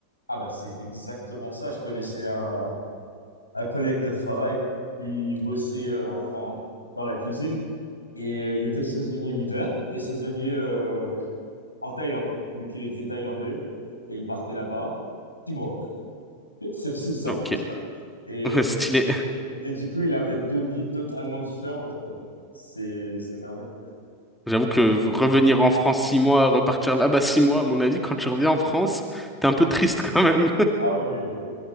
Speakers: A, on the left; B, in the centre.
A: Ah bah c'est exactement ça. Je connaissais un, un collègue de travail qui bossait euh, en tant dans la cuisine. Et euh, il était saisonnier l'hiver et saisonnier euh, en Thaïlande, vu qu'il était thaïlandais. Et il partait là-bas six mois. <laughs> C'est aussi simple
B: Ok,
A: que ça. Et,
B: <laughs> stylé.
A: et du coup, il avait deux vies totalement différentes, quoi. C'est, c'est merveilleux.
B: J'avoue que revenir en France six mois, repartir là-bas six mois, à mon avis, quand tu reviens en France, t'es un peu triste quand même.
A: Ah oui, euh,